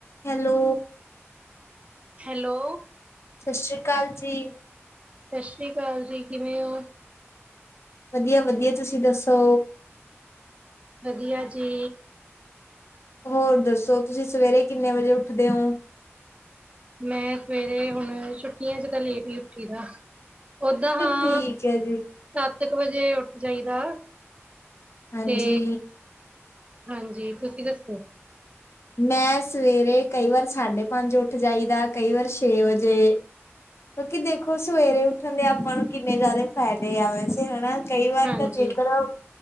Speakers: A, on the left; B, on the right.
A: Hello
B: hello
A: ਸਤਿ ਸ੍ਰੀ ਅਕਾਲ ਜੀ
B: ਸਤਿ ਸ੍ਰੀ ਅਕਾਲ ਜੀ ਕਿਵੇਂ ਹੋ
A: ਵਧੀਆ ਵਧੀਆ ਤੁਸੀਂ ਦੱਸੋ
B: ਵਧੀਆ ਜੀ
A: ਹੋਰ ਦੱਸੋ ਤੁਸੀਂ ਸਵੇਰੇ ਕਿੰਨੇ ਵਜੇ ਉੱਠਦੇ ਹੋ
B: ਮੈਂ ਸਵੇਰੇ ਹੁਣ ਛੁੱਟੀਆਂ ਚ ਤਾਂ ਲੇਟ ਹੀ ਉੱਠੀ ਦਾ ਓਦਾਂ ਹਾਂ
A: ਠੀਕ ਹੈ ਜੀ
B: ਸੱਤ ਕੁ ਵਜੇ ਉੱਠ ਜਾਈਦਾ
A: ਹਾਂਜੀ
B: ਤੇ ਹਾਂਜੀ ਤੁਸੀਂ ਦੱਸੋ
A: ਮੈਂ ਸਵੇਰੇ ਕਈ ਵਾਰ ਸਾਢੇ ਪੰਜ ਉੱਠ ਜਾਈਦਾ ਕਈ ਵਾਰ ਛੇ ਵਜੇ ਕਿਉਂਕਿ ਦੇਖੋ ਸਵੇਰੇ ਉੱਠਣ ਦੇ ਆਪਾਂ ਨੂੰ ਕਿੰਨੇ ਜ਼ਿਆਦਾ ਫ਼ਾਇਦੇ ਆਏ ਸੀ ਹਨਾ ਕਈ ਵਾਰ
B: ਹਾਂਜੀ,
A: ਤਾਂ ਜੇਕਰ